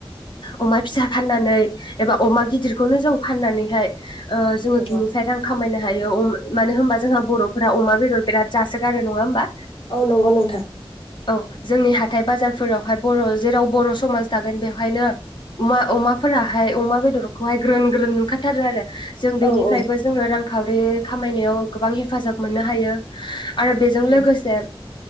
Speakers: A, on the left; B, on the left.
A: अमा फिसा फाननानै एबा अमा गिदिरखौनो जों फाननानै फाय <inaudible> ओ जोङो
B: औ
A: बिनिफ्राय
B: औ
A: रां खामायनो हायो अम मानो होमबा जोंहा बर'फोरा अमा बेदर बेराद जासोगारो नङा होमबा?
B: औ नंगौ नोंथां
A: औ जोंनि हाथाय बाजारफोरावहाय बर' जेराव बर' समाज दागोन बेवहायनो अमा अमाफोराहाय अमा बेदरखौहाय ग्रोन ग्रोम नुखाथारो आरो जों बेनिफ्राय
B: औ औ
A: जबो जोङो रां खावरि खामायनायाव गोबां हेफाजाब मोननो हायो आरो बेजों
B: औ
A: लोगोसे